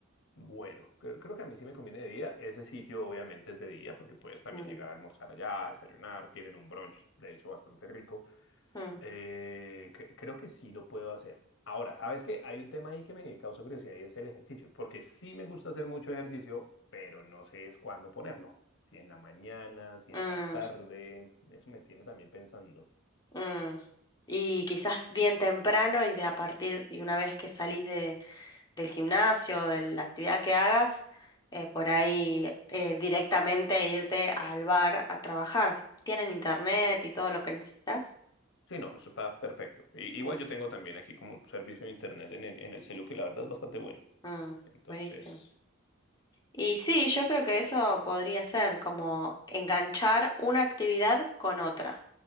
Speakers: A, on the left; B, on the left.
A: Bueno, creo, creo que a mí sí me conviene de día. Ese sitio obviamente es de día porque puedes también
B: Mm,
A: llegar a almorzar allá, desayunar, tienen un brunch, de hecho, bastante rico.
B: mm,
A: Eh, cre- creo que sí lo puedo hacer. Ahora, ¿sabes qué? Hay un tema ahí que me causa curiosidad y es el ejercicio, porque sí me gusta hacer mucho ejercicio, pero no sé es cuándo ponerlo. Si en la mañana, si
B: mm,
A: en la tarde, eso me tiene también pensando.
B: mm. Y quizás bien temprano y de a partir, y una vez que salís de, del gimnasio, de la actividad que hagas, eh, por ahí eh, directamente irte al bar a trabajar. ¿Tienen internet y todo lo que necesitas?
A: Sí, no, eso está perfecto. I- igual
B: Mm,
A: yo tengo también aquí como un servicio de internet en el, en el celu que la verdad es bastante bueno.
B: mm,
A: Entonces...
B: buenísimo. Y sí, yo creo que eso podría ser como enganchar una actividad con otra,